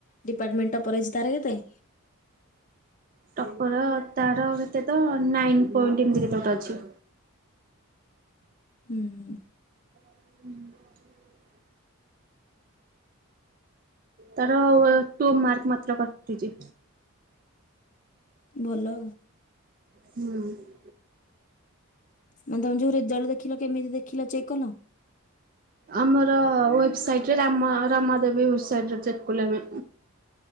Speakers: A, on the left; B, on the right.
A: ଡିପାର୍ଟମେଣ୍ଟ ଟପର ହେଇ। ତାର କେତେ?
B: ଟପର। ତାର କେତେ ତ? ନାଇନ ପଏଣ୍ଟ ଏମତି କେତେ ଗୋଟେ ଅଛି।
A: <inaudible>
B: <inaudible> ତାର, ଟୁ ମାର୍କ ମାତ୍ର କଟିଛି।
A: ଭଲ।
B: ହୁଁ।
A: ମାନେ, ତମେ ଯୋଉ ରେଜଲ୍ଟ ଦେଖିଲ। କେମିତି ଦେଖିଲ? ଚେକ କଲ।
B: ଆମର ୱେବସାଇଟରେ। ରାମ, ରାମ ଦେବୀ ୱେବସାଇଟରେ ଚେକ୍ କଲୁ ଆମେ।